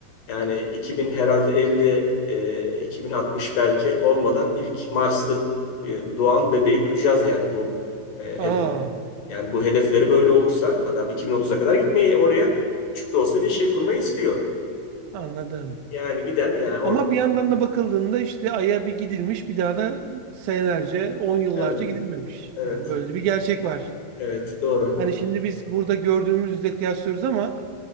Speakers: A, on the left; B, on the right.
A: yani 2000 herhalde 50 e, 2060 belki olmadan ilk Mars'ta e, doğan bebeği duyacağız yani bu e,
B: Aa,
A: yani bu hedefleri böyle olursa adam 2030'a kadar gitmeyi oraya küçük de olsa bir şey kurmayı istiyor.
B: anladım.
A: Yani giden yani orada
B: Ama bir yandan da bakıldığında işte Ay'a bir gidilmiş bir daha da senelerce, on yıllarca
A: evet
B: gidilmemiş.
A: evet
B: Yani böyle bir gerçek var.
A: evet doğru.
B: Hani şimdi biz burada gördüğümüzle kıyaslıyoruz ama